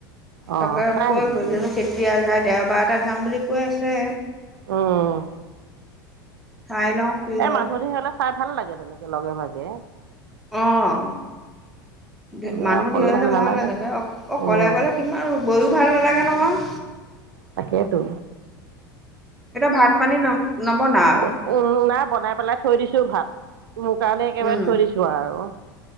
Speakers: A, on the right (about 75°); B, in the centre.
A: অঁ
B: তাকে
A: চাই আহিবিগৈ
B: কৈ শ জানো কেতিয়া যায় দেওবাৰ এটাত যাম বুলি কৈ আছে।
A: উম।
B: চাই লওঁ কি
A: এই
B: হয়।
A: মানুহ ঢেৰ হ'লে চাই ভাল লাগে তেনেকে লগে ভাগে।
B: অহ।
A: এনেই
B: মানুহ
A: অকলে
B: ধেৰ হ'লে ভাল
A: নালাগে
B: লাগে অ' অকলে
A: উম
B: অকলে কিমান গৈ ভাল নালাগে নহয়।
A: তাকেইতো।
B: এতিয়া ভাত-পানী ন' নবনাও আৰু
A: উ, উম নাই বনাই পেলাই থৈ দিছো ভাত। মোৰ কাৰণে একেবাৰে
B: উম।
A: থৈ দিছো আৰু